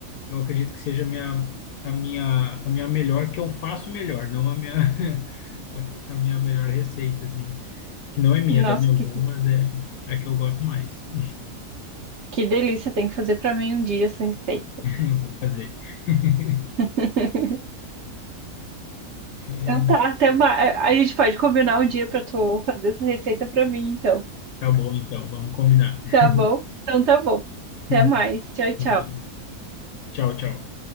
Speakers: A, on the left; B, on the right.
A: eu acredito que seja a minha, a minha, a minha melhor, que eu faço melhor, não a minha, <laughs> a, minha melhor receita, assim. Que não é minha,
B: Nossa,
A: é da minha avó,
B: que,
A: mas é a que eu gosto mais. <laughs>
B: que delícia, tem que fazer pra mim um dia essa receita.
A: Eu vou fazer. <laughs>
B: <laughs>
A: É,
B: Então tá, até mais. A gente pode combinar um dia pra tu fazer essa receita pra mim, então.
A: tá bom, então, vamos combinar. <laughs>
B: Tá bom? Então tá bom.
A: Até
B: Até mais. Tchau, tchau.
A: mais. Tchau, tchau.